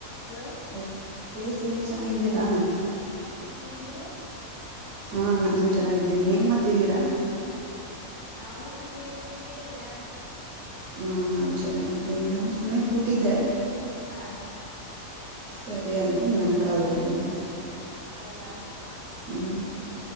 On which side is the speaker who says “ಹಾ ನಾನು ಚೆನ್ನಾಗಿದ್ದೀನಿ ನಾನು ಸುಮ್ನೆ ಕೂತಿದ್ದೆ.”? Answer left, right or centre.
Right